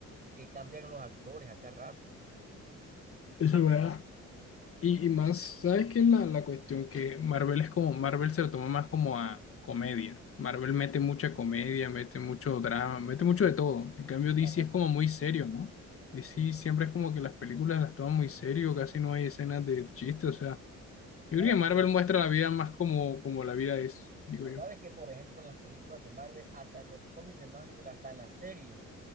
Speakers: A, on the right; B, on the left.
A: que cambian los actores a cada rato.
B: Eso es verdad. Y, y más, ¿sabes qué es la, la cuestión? Que Marvel es como, Marvel se lo toma más como a comedia. Marvel mete mucha comedia, mete mucho
A: Sí,
B: drama, mete mucho de todo. En cambio, DC
A: también,
B: es como muy serio, ¿no? DC
A: sí.
B: siempre es como que las películas las toman muy serio, casi no hay escenas de chiste, o sea, yo
A: ¿Sabes
B: creo que Marvel
A: qué?
B: muestra la vida más como, como la vida es, digo
A: sea,
B: yo.
A: sabes que, por ejemplo, en las películas de Marvel, hasta en los cómics de Marvel, hasta en las series,